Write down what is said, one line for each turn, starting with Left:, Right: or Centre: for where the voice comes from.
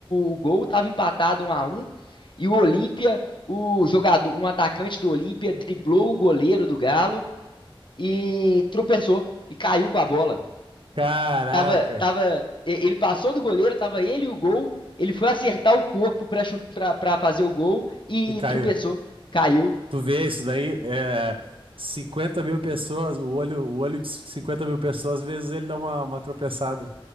Left: o gol, tava empatado um a um E o Olímpia, o jogador, um atacante do Olímpia, driblou o goleiro do Galo e tropeçou e caiu com a bola.
Right: Caraca.
Left: Tava, tava, e- ele passou do goleiro, tava ele e o gol. Ele foi acertar o corpo pra, chu- pra, pra fazer o gol e
Right: E caiu.
Left: tropeçou, caiu.
Right: Tu vê isso daí? É 50 mil pessoas, o olho, o olho de 50 mil pessoas, às vezes ele dá uma, uma tropeçada.